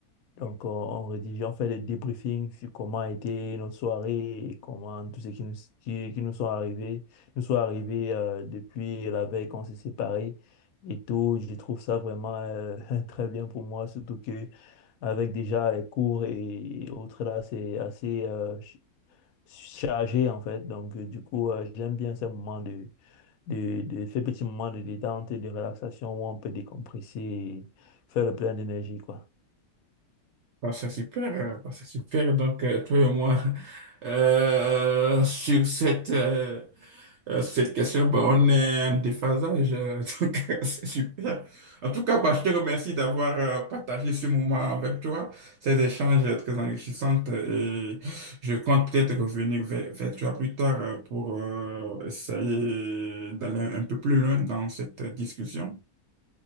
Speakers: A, on the left; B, on the right.
A: Donc, on, on rédige, on fait des débriefings sur comment a été notre soirée et comment tout ce qui nous, qui, qui nous sont arrivés, nous sont arrivés euh, depuis la veille qu'on s'est séparés et tout. Je trouve ça vraiment euh, <laughs> très bien pour moi, surtout que avec déjà les cours et, et autres là, c'est assez euh, ch- chargé en fait. Donc, euh, du coup, euh, j'aime bien ces moments de, de, de ces petits moments de détente et de relaxation où on peut décompresser et faire le plein d'énergie, quoi.
B: Bah, c'est super, euh, bah, c'est super. Donc, euh, toi et moi, <laughs> euh, sur cette, euh, euh, cette question, bah, on est en déphasage. euh, <laughs> donc, euh, c'est super. En tout cas, bah, je te remercie d'avoir euh, partagé ce moment avec toi, ces échanges euh, très enrichissants. euh, Et je compte peut-être revenir vers, vers toi plus tard euh, pour euh, essayer d'aller un peu plus loin dans cette discussion.